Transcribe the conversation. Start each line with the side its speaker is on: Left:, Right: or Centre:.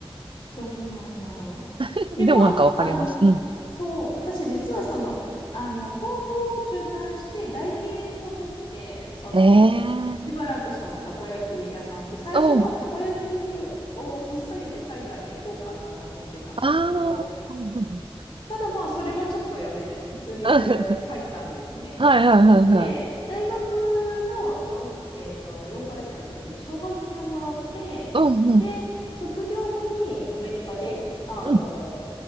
Left: どうなんだろう。
Right: <laughs>
Left: で、
Right: でもなんかわかります。
Left: まあ、あの、
Right: うん。
Left: そう、私実はその、あの、高校を中退して大研を取って、その、
Right: えー。
Left: しばらくそのたこ焼き屋さんで、最初はたこ焼きを引っ提げて海外に行こうかなと思ってたんですけど、
Right: おう。ああ。うんうん。
Left: ただまあ、それはちょっとやめて、普通に大学に入ったんですね。
Right: <laughs> はいはいはいはい。
Left: で、大学の 4,、えーと、4回生の時に奨学金をもらって、
Right: うんうん。
Left: で、卒業後にアメリカで、あの、
Right: うん